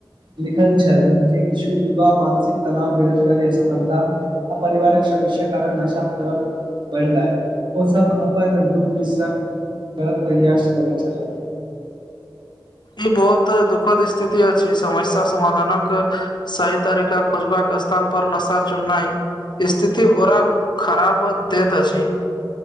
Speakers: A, on the right; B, on the left.
A: लिखल छल जे किछु युवा मानसिक तनाव बेरोजगारी असफलता आ परिवारक समस्या कारण नशा करब बढ़लै ओ सब अपन दुःख बिसरै क प्रयास करै छलाह
B: ई बहुत दुखद स्थिति में छी समस्या समाधानक सही तरिका खोजबाके स्थान पर नशा चुननाइ स्थिति ओरा खराब दैत अछि